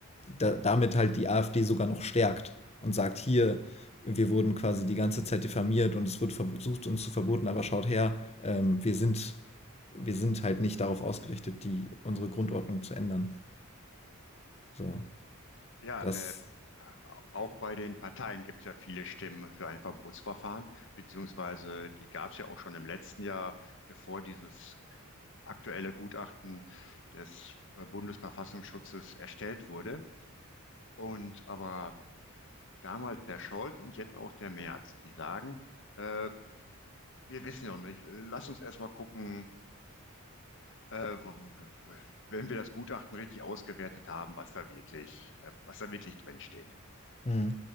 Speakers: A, on the left (about 30°); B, on the left (about 60°).
A: da, damit halt die AfD sogar noch stärkt und sagt, hier, wir wurden quasi die ganze Zeit diffamiert und es wird versucht, uns zu verboten, aber schaut her, ähm, wir sind, wir sind halt nicht darauf ausgerichtet, die, unsere Grundordnung zu ändern. So,
B: Ja,
A: das,
B: äh, auch bei den Parteien gibt es ja viele Stimmen für ein Verbotsverfahren, beziehungsweise die gab es ja auch schon im letzten Jahr, bevor dieses aktuelle Gutachten des äh, Bundesverfassungsschutzes erstellt wurde. Und aber damals der Scholz und jetzt auch der Merz, die sagen, äh, wir wissen ja noch nicht, lass uns erstmal gucken, äh, wenn wir das Gutachten richtig ausgewertet haben, was da wirklich, äh, was da wirklich drin steht.
A: mh,